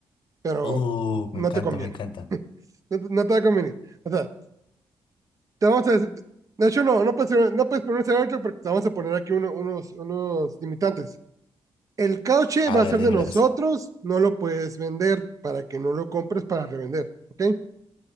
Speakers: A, on the right; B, on the left.
A: pero
B: Uh,
A: no
B: me encanta,
A: te conviene.
B: me encanta.
A: <laughs> no, no, te va a convenir. O sea, te vamos a decir, de hecho, no, no puedes, no puedes poner un Cybertruck porque te vamos a poner aquí uno, unos, unos limitantes El cauche
B: A
A: va
B: ver,
A: a ser
B: dímelas.
A: de nosotros, no lo puedes vender para que no lo compres para revender, ¿ok?